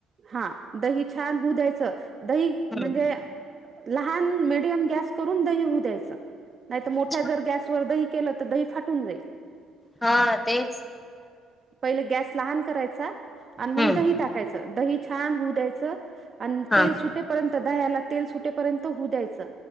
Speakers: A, on the right; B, on the left.
A: हा दही छान होऊ द्यायचं दही
B: हम्म
A: म्हणजे लहान मिडीयम गॅस करून दही होऊ द्यायचं नाहीतर मोठ्या
B: अच्छा
A: जर गॅसवर दही केला तर दही फाटून जाईल
B: हा तेच
A: पहिले गॅस लहान करायचा आणि मग
B: हम्म
A: दही टाकायचं दही छान होऊ द्यायचं आणि
B: हा
A: तेल सुटेपर्यंत दह्याला तेल सुटेपर्यंत होऊ द्यायचं